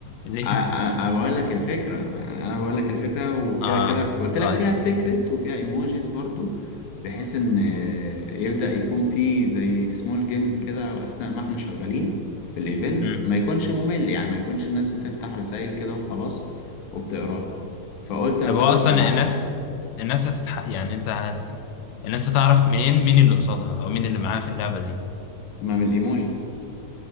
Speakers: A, on the left; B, on the left.
A: الايفنت
B: ع- ع- انا بقول لك الفكره يعني انا بقول لك الفكره وكده
A: اه
B: كده قلت لك
A: طيب
B: فيها سيكريت وفيها ايموجيز برضو بحيث ان آه، يبدا يكون في زي سمول جيمز كده اثناء ما احنا شغالين في الايفنت
A: مم.
B: ما يكونش ممل يعني ما يكونش الناس بتفتح رسائل كده وخلاص وبتقراها فقلت ازود
A: طب هو اصلا
B: العاب
A: الناس الناس هتتح... يعني انت هت... الناس هتعرف منين مين اللي قصادها او مين اللي معاها في اللعبة دي
B: ما من الايموجيز